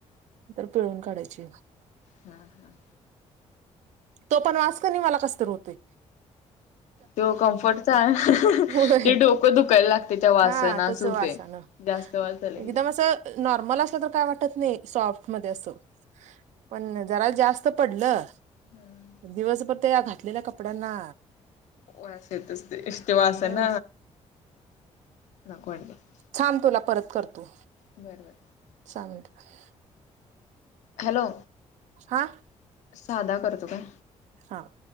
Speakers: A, on the right; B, on the left.
A: नंतर पिळून काढायची <unintelligible>
B: हा हा.
A: तो पण वास कनी मला कस तर होतय.
B: तो कम्फर्टचा
A: होय
B: ते डोकं दुकायला लागतय त्या वासान
A: हा तस
B: अस हुतय.
A: वासान
B: जास्त वास आला की.
A: एकदम असं नॉर्मल असल तर काय वाटत नाही सॉफ्ट मधे अस, पण जरा जास्त त पडलं
B: हम्म.
A: दिवसभर त्या घातलेल्या कपड्यांना
B: वास येत असतोय तो वासान
A: ह
B: <unintelligible>
A: थांम तुला परत करतो.
B: बर बर.
A: चालतय.
B: हॅलो,
A: हा
B: सादा करतो काय.
A: हा! !